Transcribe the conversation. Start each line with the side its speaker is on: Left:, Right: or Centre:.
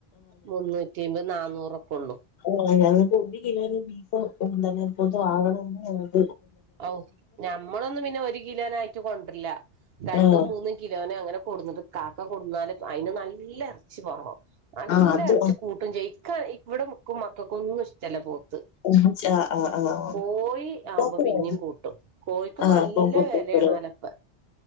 Right: മുന്നൂറ്റമ്പത് നാന്നൂറൊക്കെ ഒളളു.
Left: ആ ഞങ്ങക്ക് ഒരു കിലോന് ബീഫ് എന്താണ് ഇവട്ന്ന് വാങ്ങണകിൽ
Right: ഔ ഞമ്മളൊന്നും പിന്നെ ഒരു കിലോനായിറ്റ് കൊണ്ടില്ല. രണ്ടും
Left: ആഹ്
Right: മൂന്നും കിലോനെ അങ്ങനെ കൊടുന്നിട്ട് കാക്ക കൊടുന്നാല് അതിന് നല്ല ഇറച്ചി വാണം. നല്ല
Left: ആഹ് അത്
Right: ഇറച്ചികൂട്ടും ചെയ്യും. ഇക്ക ഇവിടെ ഇൻക്കും മക്കൾക്കും ഒന്നും ഇഷ്ടല്ല പോത്ത്
Left: ആഹ് ആഹ് ആഹ്
Right: കോഴി
Left: ഇപ്പാക്ക്
Right: ആവുമ്പോ പിന്നിം
Left: വേണം
Right: കൂട്ടും. കോഴിക്ക്
Left: ആഹ്
Right: നല്ല
Left: കോഴിക്കോട്
Right: വെലേണേലൊപ്പൊ.